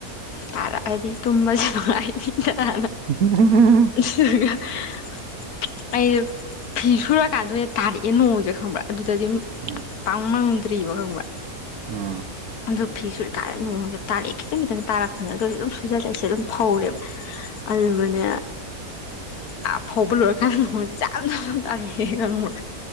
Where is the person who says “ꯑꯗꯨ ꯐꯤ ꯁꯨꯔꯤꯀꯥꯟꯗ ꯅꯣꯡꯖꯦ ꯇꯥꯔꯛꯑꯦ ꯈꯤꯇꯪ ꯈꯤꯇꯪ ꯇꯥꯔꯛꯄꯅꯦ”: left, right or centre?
Left